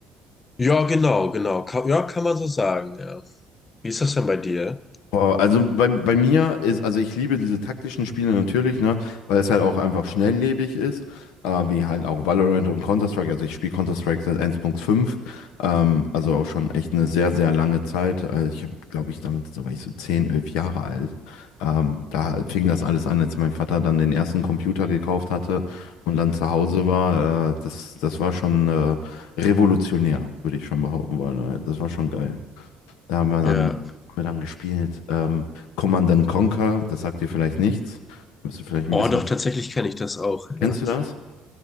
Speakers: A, on the left (about 30°); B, on the left (about 70°).
A: Ja, genau, genau. Ka ja, kann man so sagen, ja. Wie ist das denn bei dir?
B: Boah, also bei, bei mir ist, also ich liebe diese taktischen Spiele natürlich, ne, weil es halt auch einfach schnelllebig ist, äh, wie halt auch Valorant und Counter-Strike. Also ich spiele Counter-Strike seit 1.5, ähm, also auch schon echt eine sehr, sehr lange Zeit. Also ich habe, glaube ich, damit, da war ich so 10, 11 Jahre alt. Ähm, da fing das alles an, als mein Vater dann den ersten Computer gekauft hatte und dann zu Hause war. Äh, das, das war schon äh, revolutionär, würde ich schon behaupten wollen. äh, Das war schon geil. Da haben wir dann,
A: Ja.
B: haben wir dann gespielt. Ähm, Command and Conquer, das sagt dir vielleicht nichts. Bist du vielleicht ein
A: Oh,
B: bisschen.
A: doch, tatsächlich kenne ich das auch,
B: Kennst
A: ja.
B: du das?